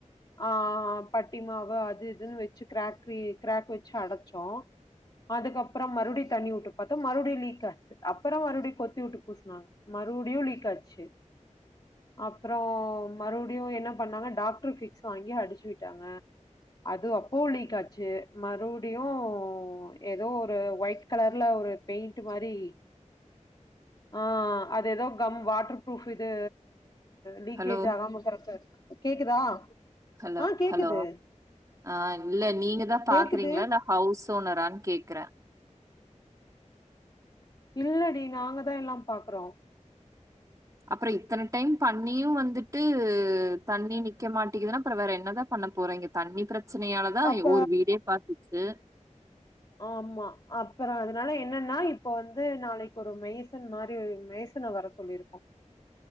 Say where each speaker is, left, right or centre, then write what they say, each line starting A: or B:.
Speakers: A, on the left; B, on the right.
A: ஆ பட்டி மாவு அது இதுன்னு வெச்சு கிராக்ரி கிராக் வெச்சு அடச்சோ அதுக்கப்றோ மறுவடி தண்ணி விட்டு பாத்தா மறுவடி லீக் ஆச்சு அப்றோ மறுவடி கொத்தி விட்டு பூசுனாங்க மறுவடியு லீக்காச்சு அப்றோ மறுவடியு என்ன பண்ணாங்க டாக்டர் பிக்ஸ் வாங்கி அடிச்சு விட்டாங்க அது அப்பவு லீக்காச்சு மறுவடியு ஏதோ ஒரு ஒயிட் கலர்ல ஒரு பெயிண்ட் மாரி ஆ அது ஏதோ கம் வாட்டர் ப்ரூஃப் இது லீக்கேஜ்
B: ஹலோ
A: ஆகாம இக்குறக்கு கேக்குதா
B: ஹலோ
A: ஆ கேக்குது
B: ஹலோ ஆ இல்ல நீங்கதா பாக்குறீங்ளா
A: கேக்குது
B: இல்ல ஹவுஸ் ஓனரான்னு கேக்குற
A: இல்லடி நாங்கதா எல்லா பாக்குறோ
B: அப்பற இத்தன டைம் பண்ணியு வந்துட்டு தண்ணி நிக்க மாட்டேங்கதுன்னா அப்பற வேற என்னதா பண்ண போறிங்க தண்ணி பிரச்சனையாலதா
A: அப்ப
B: ஒரு வீடே பாத்துச்சு
A: ஆமா அப்பற அதனால என்னன்னா இப்ப வந்து நாளைக்கு ஒரு மேய்சன் மாரி மே சன வர சொல்லியிருக்கோ